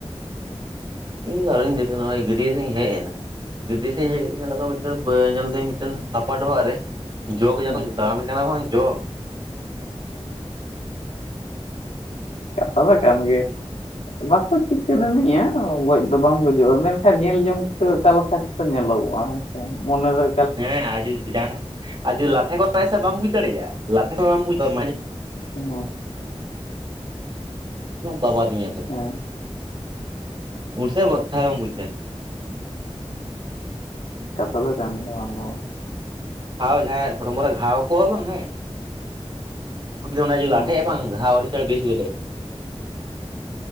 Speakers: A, on the right; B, on the left.
A: ᱤᱧ ᱫᱚ ᱟᱹᱣᱨᱤᱧ ᱫᱟᱹᱛᱟᱹᱱᱤᱜᱼᱟ ᱱᱚᱜᱼᱚᱭ ᱜᱟᱹᱰᱭᱟᱹ ᱥᱮᱫ ᱤᱧ ᱦᱮᱡ ᱮᱱᱟ ᱜᱟᱹᱰᱤ ᱥᱮᱫ ᱤᱧ ᱦᱮᱡ ᱠᱟᱛᱮ ᱧᱮᱞ ᱫᱟᱹᱧ ᱢᱤᱫᱴᱮᱱ ᱦᱟᱯᱟ ᱰᱚᱵᱷᱟᱜ ᱨᱮ <unintelligible> ᱡᱚᱜᱽ ᱡᱟ
B: ᱦᱮᱸ
A: ᱠᱚᱧ ᱫᱟᱬᱟᱱ ᱠᱟᱱᱟ ᱵᱟᱝ ᱡᱚᱜ
B: ᱠᱟᱛᱷᱟ ᱢᱟ ᱠᱟᱱ ᱜᱮ ᱵᱟᱠᱚ ᱪᱤᱠᱟᱹ ᱟᱱᱤᱡᱼᱟ ᱜᱚᱡ ᱫᱚ ᱵᱟᱝ ᱜᱚᱡᱚᱜᱼᱟ ᱢᱮᱱᱠᱷᱟᱱ ᱧᱮᱞ ᱡᱚᱝ ᱠᱟᱛᱮ ᱚᱠᱟ ᱞᱮᱠᱟ ᱪᱚᱠᱚ ᱧᱮᱞᱚᱜᱚᱜᱼᱟ ᱦᱮᱸᱥᱮ ᱢᱚᱱᱮ ᱨᱮ
A: ᱦᱮᱸ ᱟᱨ ᱡᱩᱫᱤ ᱟᱨ ᱡᱩᱫᱤ ᱞᱟᱴᱷᱮ ᱠᱚᱜ ᱟᱭ ᱥᱮ ᱵᱟᱢ ᱵᱩᱡ ᱫᱟᱲᱮᱭᱟᱜᱼᱟ ᱞᱟᱴᱷᱮ ᱥᱚᱢᱚᱭ ᱦᱚᱸ ᱵᱟᱢ ᱵᱩᱡ ᱫᱟᱲᱮᱼᱟ
B: ᱦᱮᱸ
A: ᱵᱟᱵᱟᱫ ᱢᱮᱭᱟ ᱛᱚ <unintelligible>
B: ᱦᱮᱸ
A: ᱩᱱᱥ ᱵᱟ ᱠᱷᱟᱨᱢ ᱵᱩᱡᱟ <unintelligible>
B: ᱠᱟᱛᱷᱟ ᱫᱚ ᱠᱟᱱ ᱜᱮᱭᱟ ᱵᱟᱝ ᱫᱚ ᱵᱟᱝ
A: ᱦᱟᱶ ᱡᱟᱦᱟᱸᱭ ᱟᱜ ᱦᱚᱲᱢᱚ ᱨᱮ ᱜᱷᱟᱣ ᱟᱠᱚᱣᱟ ᱵᱟᱝ ᱦᱮᱸ ᱚᱱᱟ ᱡᱩᱫᱤ ᱞᱟᱴᱷᱮᱜᱼᱟ
B: ᱦᱩᱸ
A: ᱵᱟᱝ ᱜᱷᱟᱣ ᱟᱹᱰᱤ ᱪᱟᱸᱲ ᱵᱮᱥ ᱜᱚᱫᱚᱜ